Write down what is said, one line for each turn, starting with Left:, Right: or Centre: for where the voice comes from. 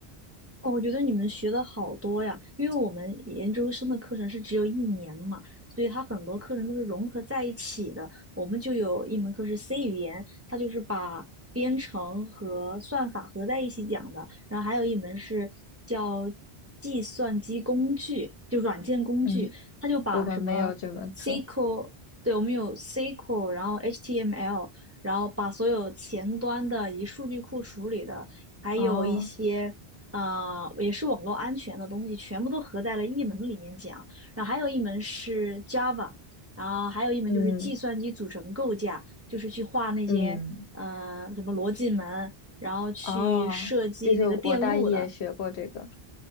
Right: 哦，我觉得你们学的好多呀，因为我们研究生的课程是只有一年嘛，所以它很多课程都是融合在一起的。我们就有一门课是 C 语言，它就是把编程和算法合在一起讲的，然后还有一门是叫计算机工具，就软件工具，
Left: 嗯，
Right: 它就把什么
Left: 我们没有这门课。
Right: SQL，对，我们有 SQL，然后 HTML，然后把所有前端的以数据库处理的。还有一些呃，
Left: 哦
Right: 也是网络安全的东西，全部都合在了一门里面讲。然后还有一门是 Java，然后还有一门就是计算机组成构架，
Left: 嗯
Right: 就是去画那些呃什么逻辑门，
Left: 嗯，
Right: 然后去设计那个电路的。
Left: 哦，就是我大一也学过这个，